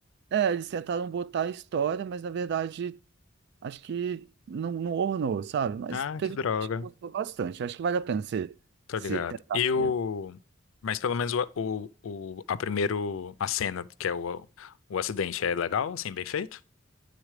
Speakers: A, on the right; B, on the left.
A: É, eles tentaram botar a história, mas na verdade. Acho que não, não ornou, sabe? Mas
B: Ah,
A: teve
B: que droga.
A: gente que gostou bastante. Acho que vale a pena você
B: Tô
A: se
B: ligado.
A: tentar
B: E o...
A: ver.
B: Mas pelo menos o, o, o- a primeiro, a cena, que é o, o acidente, é legal, assim, bem feito?